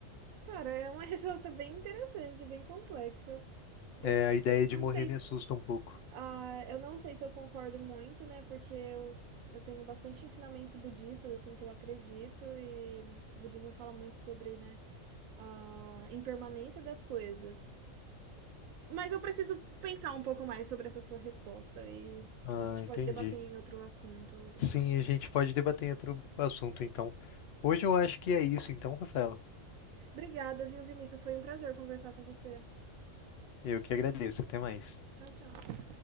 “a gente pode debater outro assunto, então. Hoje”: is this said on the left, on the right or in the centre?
Left